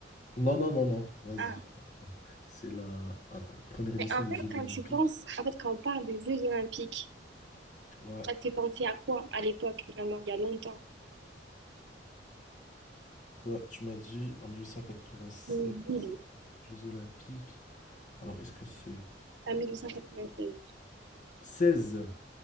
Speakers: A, on the left (about 45°); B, on the right (about 70°).
A: Non, non, non, non, vas-y.
B: Ah,
A: C'est la. Attends, première édition
B: mais en
A: des
B: fait,
A: Jeux
B: quand
A: Olympiques.
B: tu penses, en fait, quand on parle des Jeux olympiques,
A: Ouais,
B: ça te fait penser à quoi à l'époque, vraiment, il y a longtemps?
A: ouais, tu m'as dit en mille huit cent quatre-vingt-sept.
B: Une ville,
A: Jeux Olympiques. Alors, est-ce que c'est
B: en 1896.
A: seize